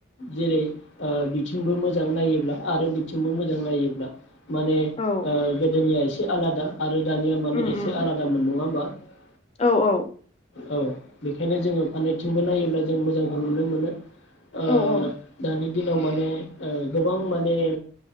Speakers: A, on the left; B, on the left.
A: जेरै ओ बिथिंबो मोजां नायोब्ला आरो बिथिंबो मोजां नायोब्ला माने ओ
B: औ
A: गोदोनिया एसे से आलादा। आरो दानिया माने
B: उम
A: एसे
B: उम
A: आलादामोन नङा होमबा? <unintelligible>
B: औ औ
A: औ बे बेखायनो जोङो फारनैथिंबो नायोब्ला जों मोजांखौ नुनो मोनो। ओ
B: औ
A: दानि दिनाव माने ओ गोबां माने